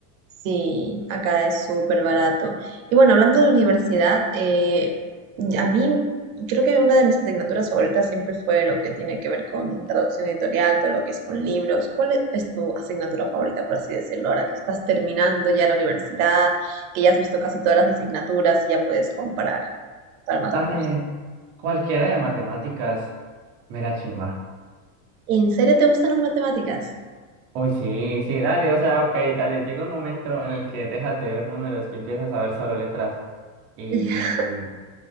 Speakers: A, on the right; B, on the right.
A: Sí, acá es súper barato. Y bueno, hablando de la universidad, eh, a mí creo que una de mis asignaturas favoritas siempre fue lo que tiene que ver con traducción editorial, todo lo que es con libros. ¿Cuál e- es tu asignatura favorita, por así decirlo, ahora que estás terminando ya la universidad, que ya has visto casi todas las asignaturas y ya puedes comparar cuál más
B: Dale,
A: te gusta?
B: cualquiera de matemáticas. Mera chimba.
A: ¿En serio te gustan las matemáticas?
B: Uy, sí, sí, dale, o sea, ok, dale. Llega un momento en el que dejas de ver números y empiezas a ver solo letras. Y
A: <laughs>